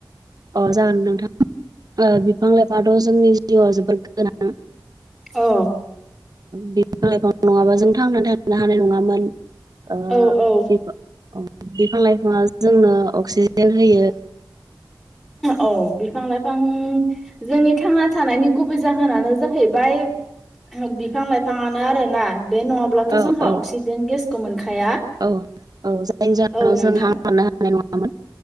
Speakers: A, on the right; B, in the centre.
A: अ जागोन नोंथां बिफां लाइफाथ' जोंनि जिउआ जोबोद गोनां
B: औ
A: बिइफां नङाबा जों थांना थानो हानाय नङामोन बेफोर
B: औ औ
A: औ बिफां लाइफाङा जोंनो अक्सिजेन होयो
B: औ बिफां लाइफां जोंनि थांना थानायनि गुबै जाहोनानो जाहैबाय बिफां लाइफाङानो आरो ना बे नड़ाबा अब्लाथ'
A: औ
B: जोंहा
A: औ
B: अक्सिजेन गेसखौ मोनखाया
A: औ औ जायनि जाहोनाव
B: औ नोंथां
A: जों हां हरनो हानाय नङामोन